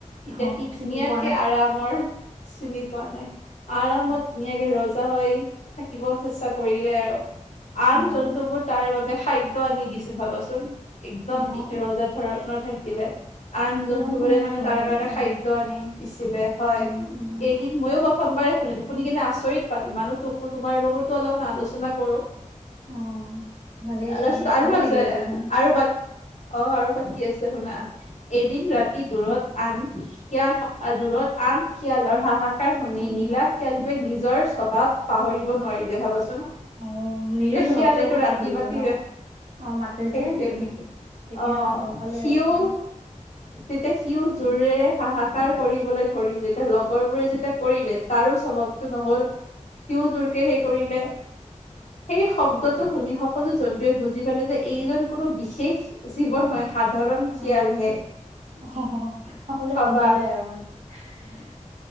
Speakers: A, on the left; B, on the right.
A: এতিয়া
B: অ',
A: সি
B: চিনি
A: ধুনীয়াকে
B: পোৱা নাই।
A: আৰামৰ চিনি পোৱা নাই আৰামত
B: অ',
A: ধুনীয়াকে ৰজা হৈ থাকিব চেষ্টা কৰিলে আৰু আন
B: অ',
A: জন্তুবোৰ তাৰ বাবে খাদ্য আনি দিছিল ভাবচোন একদম
B: অ',
A: ৰজা ধৰণৰ থাকিলে আন
B: তোমাৰ
A: জন্তু
B: শুনা
A: বোৰে মানে
B: নাই মই
A: তাৰ
B: বাৰু
A: কাৰণে
B: কাহিনীটো।
A: খাদ্য আনি দিছিলে হয়
B: উম, উম,
A: এদিন ময়ো প্ৰথমবাৰে শুনো শুনি কিনে আচৰিত পালো মানুহ তোকো তোমাৰ লগতো অলপমান আলোচনা কৰো <inaudible>
B: অ', ভালে হৈছে
A: তাৰপিছত
B: দিয়া,
A: আৰু
B: ভাল
A: আছে
B: লাগে এইবোৰ শুনি।
A: আৰু বাক অ আৰু বাকী আছে শলা এদিন ৰাতি দূৰত আন কেয়া থাকা দূৰত আন শিয়ালৰ হাহাকাৰ শুনি
B: উম,
A: নীলা
B: উম,
A: শিয়ালটোৱে নিজৰ স্বভাৱ পাহৰিব নোৱাৰি দে ভাবাচোন
B: অ', নিজৰ
A: এতিয়া
B: স্বভাৱটো
A: শিয়ালেটো
B: ক'ত
A: ৰাতি
B: পাহৰিব
A: মাতি
B: ন? অ', মাতে
A: সেইটোয়ে
B: যে
A: নেকি
B: তেতিয়া
A: অ
B: গম পালে
A: সিও
B: আৰু চাগে।
A: তেতিয়া সিও জোৰেৰে
B: অ',
A: হাহাকাৰ কৰিবলৈ ধৰিলে লগৰ বোৰে যেতিয়া কৰিলে তাৰো স্বভাৱটো নহল সিও জোৰকে সেই কৰিলে সেই শব্দটো শুনি সকলো জন্তুৱে বুজি পালে যে এইজন কোনো বিশেষ জীৱ নহয় সাধাৰণ
B: অ
A: শিয়ালহে
B: অ সকলোৱে
A: ভাবা
B: গম পালে আৰু মানে <inaudible>